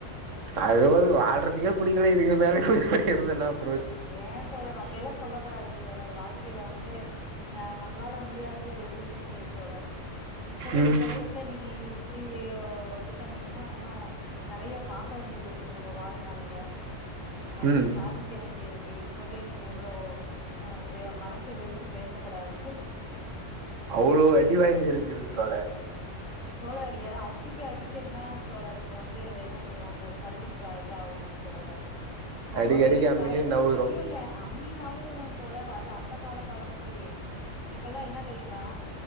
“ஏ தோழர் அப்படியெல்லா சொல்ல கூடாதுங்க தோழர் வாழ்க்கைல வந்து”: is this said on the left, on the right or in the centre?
Left